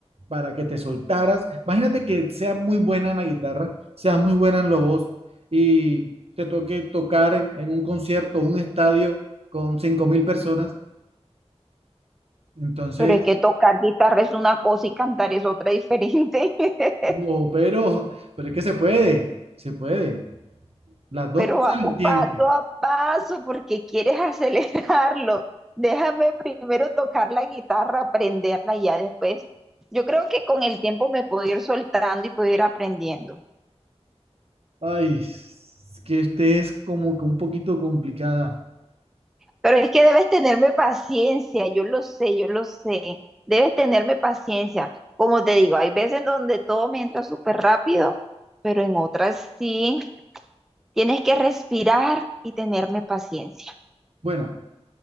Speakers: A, on the right; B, in the centre.
A: para que te soltaras. Imagínate que seas muy buena en la guitarra, seas muy buena en la voz y te toque tocar en, en un concierto, un estadio con cinco mil personas. Entonces,
B: Pero es que tocar guitarra es una cosa y cantar es otra diferente. <laughs>
A: no, pero, pero es que se puede, se puede. Las dos
B: Pero
A: cosas
B: vamos
A: al tiempo.
B: paso a paso porque quieres acelerarlo. Déjame primero tocar la guitarra, aprenderla y ya después. Yo creo que con el tiempo me puedo ir soltando y puedo ir aprendiendo.
A: Ay, es que este es como que un poquito complicada.
B: Pero es que debes tenerme paciencia, yo lo sé, yo lo sé. Debes tenerme paciencia. Como te digo, hay veces donde todo me entra súper rápido, pero en otras sí. Tienes que respirar y tenerme paciencia.
A: Bueno,